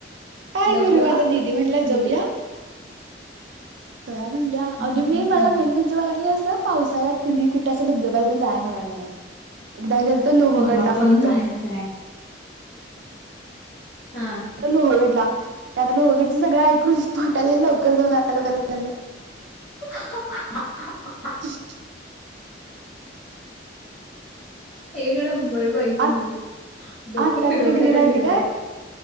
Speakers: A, on the right; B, on the left.
A: काय
B: धबधबा
A: करु आता दिदी म्हटल्या
B: समुद्र.
A: जाऊया त्या म्हणल्या आणि
B: अरे
A: मी
B: बाबा
A: मला मेन म्हणजे मला गे अस पावसाळ्यात कधी कुठ अस धबधब्याला जाय मिळाणार नाही एकदा गेल्तो लोहगडला
B: मला पण
A: फक्त
B: जायचंय. हा
A: लोहगड ला त्यातलं लोहगड सगळं ऐकून वाटायला लवकर जाऊन आलो बर झालं
B: हा, हा, हा
A: उफ
B: ड बर बाहिती
A: आ
B: न्यूज डोक
A: आता
B: फिरवल्या
A: तरी गिरीला
B: त्या
A: आलती
B: न्यूजला
A: काय